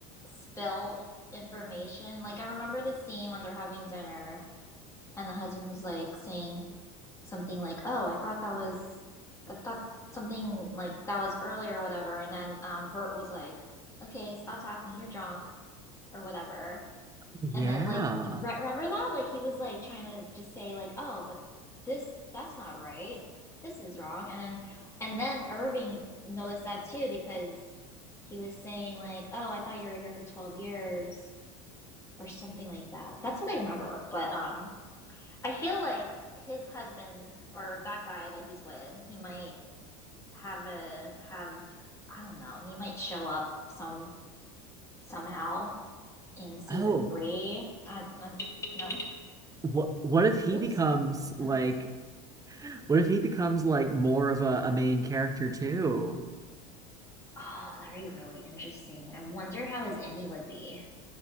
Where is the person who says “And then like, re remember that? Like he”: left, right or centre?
Left